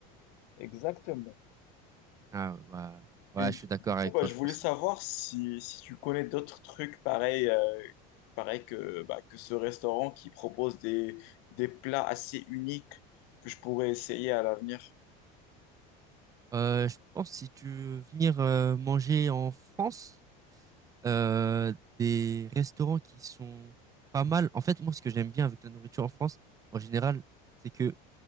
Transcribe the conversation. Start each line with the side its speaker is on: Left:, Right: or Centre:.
Left: exactement.
Right: Ah, bah, ouais,
Left: Et
Right: je suis d'accord
Left: du coup,
Right: avec
Left: bah,
Right: toi.
Left: je
Right: Je
Left: voulais
Right: pense
Left: savoir
Right: que.
Left: si, si tu connais d'autres trucs pareils euh, pareil que, bah, que ce restaurant qui propose des, des plats assez uniques que je pourrais essayer à l'avenir.
Right: Euh, je pense si tu veux venir euh, manger en France, euh, des restaurants qui sont pas mal. En fait, moi, ce que j'aime bien avec la nourriture en France, en général, c'est que